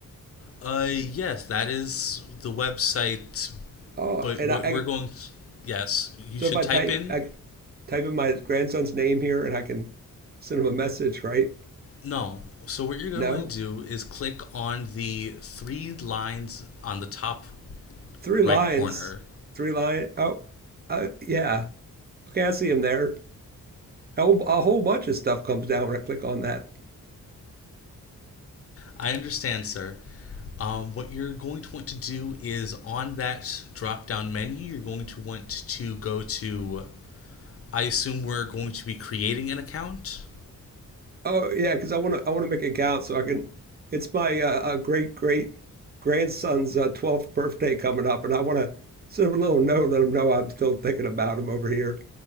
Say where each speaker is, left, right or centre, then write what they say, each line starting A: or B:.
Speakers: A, on the left; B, on the right.
A: uh, yes, that is the website.
B: Oh,
A: But
B: and
A: what
B: I, I
A: we're going, yes, you
B: so
A: should
B: if I
A: type
B: type
A: in.
B: I type in my grandson's name here and I can send him a message, right?
A: No. So what you're going
B: No?
A: to want to do is click on the three lines on the top
B: Three
A: right
B: lions.
A: corner.
B: Three lion. Oh, uh, yeah. Okay, I see him there. A whole, a whole bunch of stuff comes down when I click on that.
A: I understand, sir. Um, what you're going to want to do is on that drop down menu, you're going to want to go to. I assume we're going to be creating an account.
B: Oh yeah, because I want to I want to make a gown so I can. It's my uh, uh, great great grandson's uh, 12th birthday coming up, and I want to send him a little note, let him know I'm still thinking about him over here.